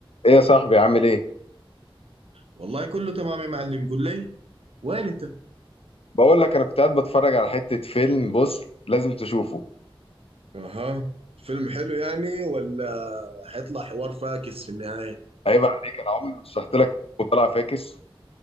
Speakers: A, on the left; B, on the right.
A: ايه يا صاحبي عامل ايه؟
B: والله كله تمام يا معلم قول لي وين انت
A: بقول لك انا كنت قاعد بتفرج على حتة فيلم بص لازم تشوفه
B: اها فيلم حلو يعني ولا هيطلع حوار فاكس في النهاية
A: عيب عليك انا عمري ما شرحت لك وطلع فاكس